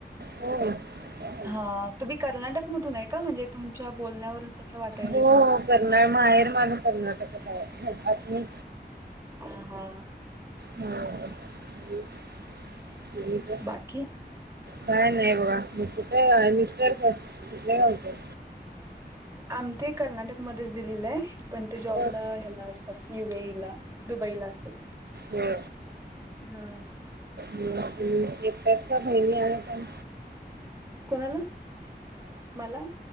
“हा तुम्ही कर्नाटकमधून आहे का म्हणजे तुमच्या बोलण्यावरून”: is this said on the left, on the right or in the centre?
Right